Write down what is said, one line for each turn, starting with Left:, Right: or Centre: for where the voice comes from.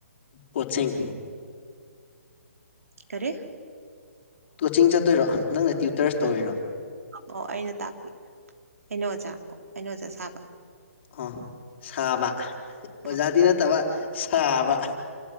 Left: ꯀꯣꯆꯤꯡ
Right: ꯀꯔꯤꯦ
Left: ꯀꯣꯆꯤꯡ ꯆꯠꯇꯣꯏꯔꯥ ꯅꯪꯅ ꯇ꯭ꯌꯨꯇꯔꯁ ꯇꯧꯔꯤꯣꯏꯔꯥ
Right: ꯑꯣ ꯑꯩꯅ ꯇꯥꯛꯄ ꯑꯩꯅ ꯑꯣꯖꯥ ꯑꯣ ꯑꯩꯅꯣ ꯑꯣꯖꯥ ꯁꯥꯕ
Left: ꯑꯣ ꯁꯥꯕ ꯑꯣꯖꯥꯗꯤ
Right: ꯎꯝ
Left: ꯅꯠꯇꯕ ꯁꯥꯕ